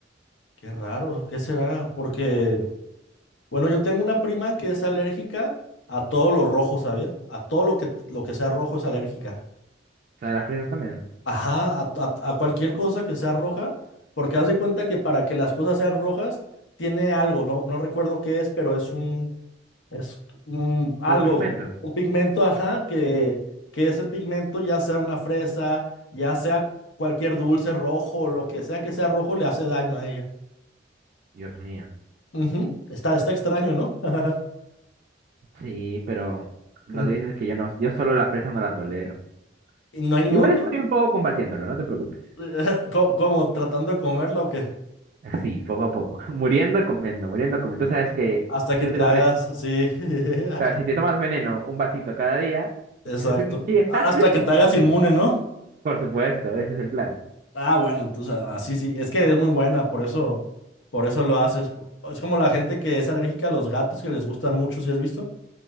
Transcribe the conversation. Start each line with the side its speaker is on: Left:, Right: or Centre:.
Left: Qué raro, ¿qué será? Porque, bueno, yo tengo una prima que es alérgica a todo lo rojo, ¿sabías? A todo lo que, lo que sea rojo es alérgica.
Right: O sea, las fresas también.
Left: Ajá, a, a- a cualquier cosa que sea roja, porque haz de cuenta que para que las cosas sean rojas, tiene algo, no, no recuerdo qué es, pero es un Es mm, algo,
Right: Un pigmento.
Left: un pigmento, ajá, que, que ese pigmento ya sea una fresa, ya sea cualquier dulce rojo, lo que sea que sea rojo, le hace daño a ella.
Right: Dios mío.
Left: Ujú, Está, está extraño, ¿no? <laughs>
Right: Sí, pero lo
Left: Mm,
Right: dices que yo no, yo solo la fresa no la tolero.
Left: Y no hay ningún
Right: Igual
Left: otro,
Right: estoy un poco combatiéndolo, no te preocupes.
Left: <laughs> co- como tratando de comerla o qué,
Right: Sí, poco a poco. <laughs> Muriendo, comiendo, muriendo, comiendo. Tú sabes que
Left: hasta
Right: si
Left: que
Right: tú
Left: te
Right: te comes
Left: hagas, sí, <laughs>
Right: O sea, si te tomas veneno un vasito cada día, pues
Left: exacto,
Right: <laughs> algún día
Left: A- hasta que te
Right: estarás
Left: hagas inmune,
Right: bien.
Left: ¿no?
Right: Por supuesto, ese es el plan.
Left: Ah, bueno, entonces así sí, sí, es que es muy buena, por eso, por eso lo haces. po- Es como la gente que es alérgica a los gatos que les gustan mucho, si has visto?